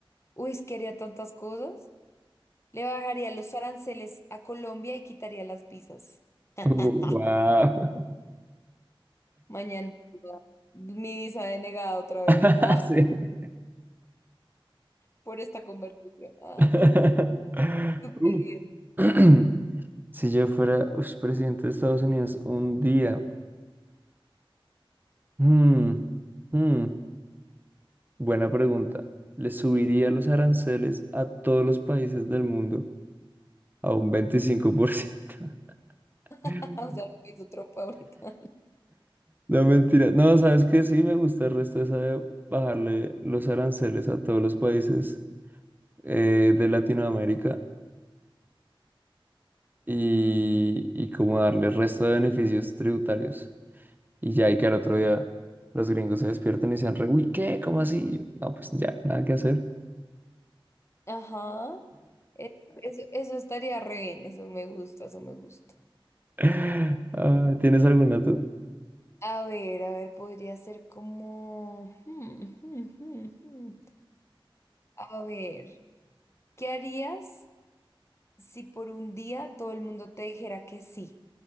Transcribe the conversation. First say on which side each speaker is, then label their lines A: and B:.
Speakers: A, on the left; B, on the right.
A: Uy, es que haría tantas cosas. Le bajaría los aranceles a Colombia y quitaría las visas. <laughs>
B: wow.
A: Mañana mi visa denegada otra vez.
B: <laughs>
A: Ah,
B: <laughs>
A: por esta conversación. Ah,
B: <laughs>
A: <laughs> estúpido.
B: Uh. <clears throat> Si yo fuera ush, presidente de Estados Unidos un día, mm, mm, buena pregunta. ¿Le subiría los aranceles a todos los países del mundo a un veinticinco por ciento. <laughs>
A: <laughs> Ah, o sea, lo que hizo trompa ahorita.
B: No, mentira. No, sabes que sí me gusta el resto esa de bajarle los aranceles a todos los países eh, de Latinoamérica y, y como darle el resto de beneficios tributarios. Y ya, y que al otro día los gringos se despiertan y dicen, re, uy, ¿qué? ¿Cómo así? Y yo, no, pues ya, nada que hacer.
A: Ajá. E- Eso, eso estaría re bien, eso me gusta, eso me gusta.
B: <laughs> Ah, ¿tienes alguna tú?
A: A ver, a ver, podría ser como... hmm, hmm, hmm, hmm. hmm. A ver, ¿qué harías si por un día todo el mundo te dijera que sí?